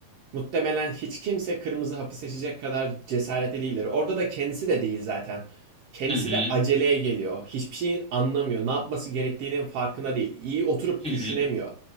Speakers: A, on the right; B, in the centre.
A: muhtemelen hiç kimse kırmızı hapı seçecek kadar cesaretli değildir. Orada da kendisi de değil zaten. Kendisi
B: Hı hı.
A: de aceleye geliyor. Hiçbir şeyin anlamıyor. Ne yapması gerektiğinin farkında değil. İyi oturup
B: Hı
A: düşünemiyor.
B: hı.